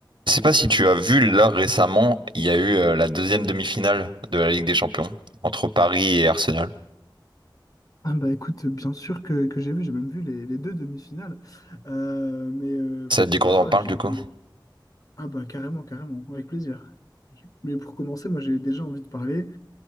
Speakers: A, on the right; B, on the left.
A: Je sais pas si tu as vu, là récemment, il y a eu euh, la deuxième demi-finale de la Ligue des Champions entre Paris et Arsenal.
B: Ah bah écoute, bien sûr que, que j'ai vu, j'ai même vu les, les deux demi-finales. Euh, mais euh, pff,
A: Ça te dit qu'on
B: croi,
A: en parle
B: j'ai
A: du coup?
B: été... Ah bah carrément, carrément, avec plaisir. Je- Mais pour commencer, moi j'ai déjà envie de parler